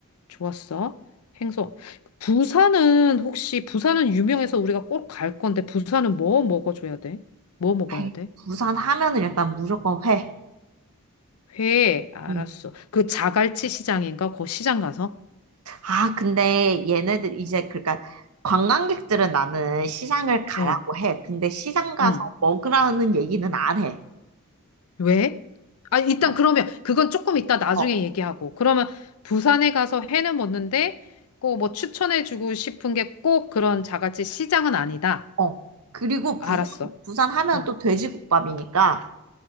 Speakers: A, on the left (about 80°); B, on the right (about 80°).
A: 좋았어. 행성. 부산은 혹시, 부산은 유명해서 우리가 꼭 갈 건데, 부산은 뭐 먹어줘야 돼? 뭐 먹어야
B: 회.
A: 돼?
B: 부산 하면은 일단 무조건 회.
A: 회, 알았어.
B: 음.
A: 그 자갈치 시장인가? 그 시장 가서?
B: 아, 근데 얘네들 이제 그러니까 관광객들은 나는 시장을 가라고
A: 어,
B: 해. 근데 시장 가서
A: 응.
B: 먹으라는 얘기는 안 해.
A: 왜? 아, 일단
B: 그냥,
A: 그러면 그건 조금 이따 나중에
B: 어,
A: 얘기하고. 그러면 부산에 가서 회는 먹는데 꼭 뭐 추천해주고 싶은 게 꼭 그런 자갈치 시장은 아니다.
B: 어. 그리고
A: 알았어.
B: 부산 부산 하면
A: 어.
B: 또 돼지국밥이니까